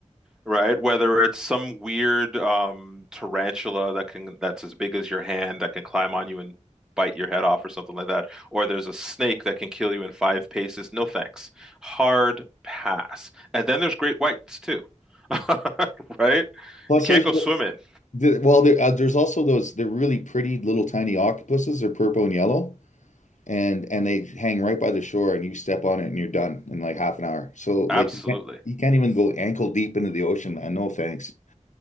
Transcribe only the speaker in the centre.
right? Whether it's some weird um, tarantula that can that's as big as your hand that can climb on you and bite your head off or something like that, or there's a snake that can kill you in five paces. No thanks. Hard pass. And then there's great whites too, <laughs> right?
You can't
go swimming.
Absolutely.